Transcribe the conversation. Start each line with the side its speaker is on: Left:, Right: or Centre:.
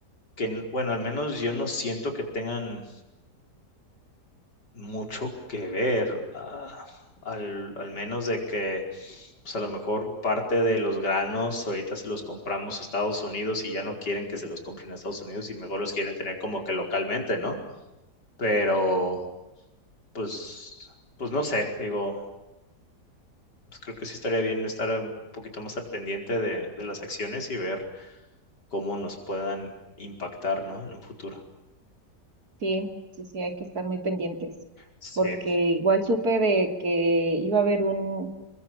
Left: que, n- bueno, al menos yo no siento que tengan mucho que ver, ah, al, al menos de que, pues a lo mejor parte de los granos ahorita se los compramos a Estados Unidos y ya no quieren que se los compren a Estados Unidos y mejor los quieren tener como que localmente, ¿no? Pero, pues, pues no sé, digo, pues creo que sí estaría bien estar un poquito más al pendiente de, de las acciones y ver cómo nos puedan impactar, ¿no? En un futuro.
Right: sí, sí, sí, hay que estar muy pendientes,
Left: Sí,
Right: porque igual supe de que iba a haber un,